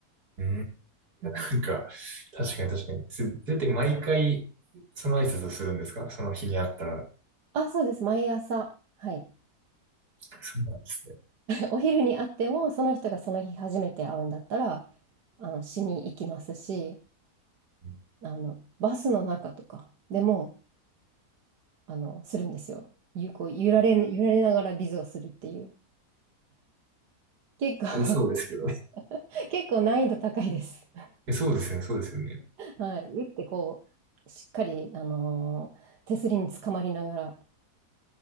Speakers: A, on the right (about 70°); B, on the right (about 85°).
A: うん。
B: うん、
A: なんか、確かに確かに。それって毎回、その挨拶をするんですかその日にあったら。
B: あ、そうです。毎朝。はい。
A: そうなんですね。
B: お昼に会っても、その人がその日初めて会うんだったら、あの、しに行きますし、
A: うん
B: あの、バスの中とかでも、あの、するんですよ。ゆ、こう、揺られ、
A: あ、
B: 揺られながらビズをするっていう。結構
A: ありそうですけどね。
B: <laughs> 結構難易度高いです。
A: えそうですよね、そうですよね。
B: <laughs> はい。打ってこう、しっかり、あのー手すりにつかまりながら、